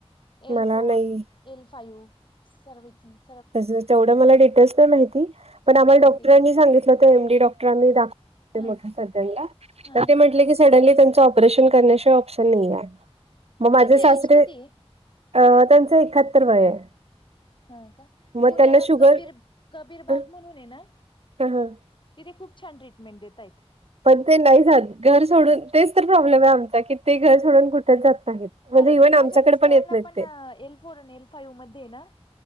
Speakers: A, on the left; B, on the right.
A: एल
B: मला
A: फोर
B: नाही
A: एल फाव्ह, सर्विकस.
B: तसच तेवढं मला डिटेल्स नाही माहिती, पण आमला डॉक्टरांनी
A: ओके
B: सांगितलं तर एम डी डॉक्टरांनी दाखव
A: हा
B: मोठ सजायला,
A: हा
B: तर
A: हा
B: ते म्हटले की सडनली त्यांचं ऑपरेशन करण्याशिवाय ऑप्शन नाहीये, म माझे
A: त्यांचा
B: सासरे
A: एज किती आहे
B: अ त्यांच एकाहत्तर वय आहे.
A: हा का,
B: मग
A: पुण्याला
B: त्यांना शुगर
A: कबीर, कबीर
B: ह
A: बाग म्हणून आहे ना.
B: ह
A: तिथे खूप छान ट्रीटमेंट देता येत.
B: पण ते नाही जात घर सोडून तेच तर प्रॉब्लेम आहे आमचा की ते घर सोडून कुठेच जात नाहीत. म्हणजे
A: कारण
B: इव्हन
A: की
B: आमच्याकडे
A: माझ्या मिस्टरला
B: येत नाहीत
A: पण
B: ते
A: एल फोर आणि एल फाइव्ह मध्ये ना